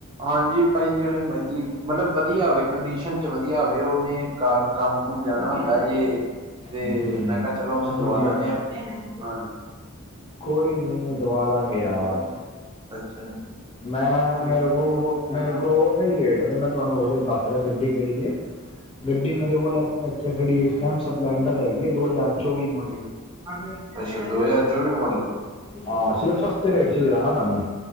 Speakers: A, on the right (about 20°); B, on the left (about 25°).
A: ਹਾਂਜੀ, ਪਾਈ ਜੇੜੇ ਮਰਜੀ ਮਤਲਬ ਵਦੀਆ ਹੋਵੇ ਕੰਡੀਸ਼ਨ ਚ ਵਧੀਆ ਹੋਵੇ, ਓਨੇ ਕੰਮ-ਕੁਮ ਜਾਣਾ ਹੁੰਦਾ ਜੇ। ਤੇ
B: ਹੂੰ
A: ਮੈਂ ਕੇਆ ਚਲੋ ਓਨੂੰ
B: ਸਮਝ
A: ਦਵਾ
B: ਗਿਆ
A: ਦਿੰਨੇ
B: ਮੈਂ
A: ਆਂ ਹਾਂਜੀ।
B: ਕੋਈ ਨੀਂ ਦਵਾ ਦਾਂਗੇ ਯਾਰ।
A: ਅੱਛਾ ਜੀ।
B: ਮੈ ਮੇਰੇ ਕੋਲ ਮੇਰੇ ਕੋਲ ਓਨੇ ਰੇਟ ਤੇ ਮੈ ਤੁਆਨੂੰ ਓ ਜੇਈ ਦੱਸ ਰੇਆ ਗੱਡੀ ਕੇੜੀ ਏ। ਗੱਡੀ ਮੇਰੇ ਕੋਲ ਇਥੇ ਏਥੇ ਖੜੀ ਐ ਏਸ ਟੈਮ ਸਪਲੈਡਰ ਹੈਗੀਏ ਦੋ ਹਜ਼ਾਰ ਚੋਵੀ ਮਾਡਲ।
A: ਹਾਂਜੀ ਅੱਛਾ ਦੋ ਹਜ਼ਾਰ ਚੌਵੀ ਮੋਡਲ
B: ਹਾਂ, ਸਿਰਫ ਸਸਤੇ ਰੇਟ 'ਚ ਦੇਣਾ ਤਾਨੂੰ।